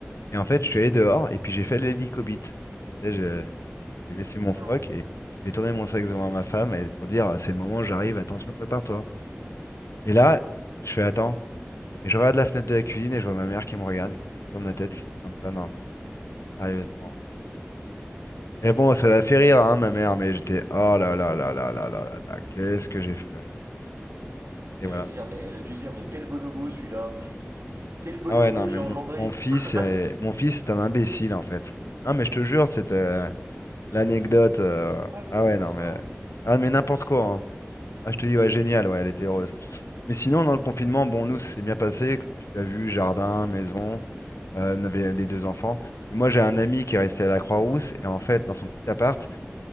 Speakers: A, on the left (about 80°); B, on the right (about 70°).
A: Et en fait, je suis allé dehors et puis j'ai fait l'hélicobite. Tu sais, je- J'ai baissé mon
B: Non.
A: froc et j'ai fait tourner mon sac devant ma femme et pour dire, c'est le moment, j'arrive, attention, prépare-toi. Et là, je fais, attends. Et je regarde la fenêtre de la cuisine et je vois ma mère qui me regarde, qui tourne la tête, qui fait comme ça, non mais. Sérieusement, quoi. Mais bon, ça l'a fait rire, hein, ma mère, mais j'étais, oh là là là là là là là là, qu'est-ce que j'ai fait? Et
B: Elle
A: voilà.
B: veut dire, mais elle a dû se dire, mais quel bonobo celui-là, mais quel bonobo
A: Ah ouais, non,
B: j'ai
A: mais
B: engendré.
A: mon, mon fils
B: <laughs>
A: est, mon fils est un imbécile, en fait. Non, mais je te jure, c'était l'anecdote. euh,
B: Ah, c'est
A: Ah
B: bon
A: ouais, non,
B: ça.
A: mais, ah, mais n'importe
B: Ouais, génial.
A: quoi, hein. Ah,
B: Mhm.
A: je te dis, ouais, génial, ouais, elle était heureuse. Mais sinon, dans le confinement, bon, nous, ça s'est bien passé. Tu l'as vu, jardin, maison, euh, on avait les deux enfants. Mais moi, j'ai un ami qui est resté à la Croix-Rousse, et en fait, dans son petit appart,